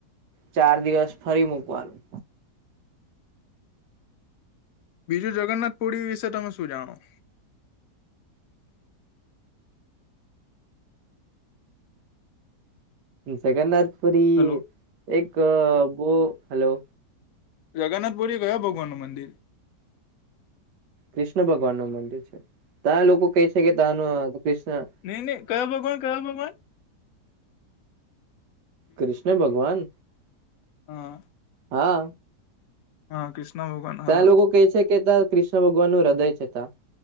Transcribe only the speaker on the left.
બીજું જગન્નાથપુરી વિશે તમે શું જાણો?
હલો
જગન્નાથપુરી કયા ભગવાનનું મંદિર?
નહી ની કયા ભગવાન કયા ભગવાન?
હા
હા કૃષ્ણ ભગવાન.
હા